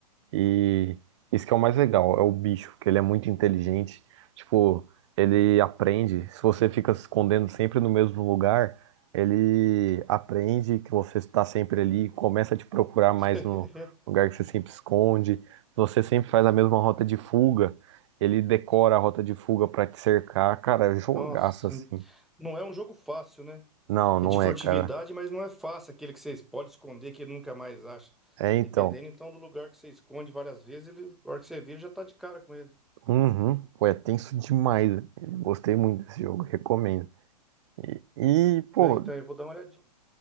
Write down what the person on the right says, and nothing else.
E isso que é o mais legal, é o bicho, que ele é muito inteligente. Tipo, ele aprende. Se você fica se escondendo sempre no mesmo lugar, ele aprende que você está sempre ali, começa a te procurar
mais no lugar que você sempre esconde. Se você sempre faz a mesma rota de fuga, ele decora a rota de fuga para te cercar. Cara, é jogaço
assim.
Não, não
é, cara.
É então.
Uhum. Pô, é tenso demais. Gostei muito desse jogo, recomendo. E, e, pô,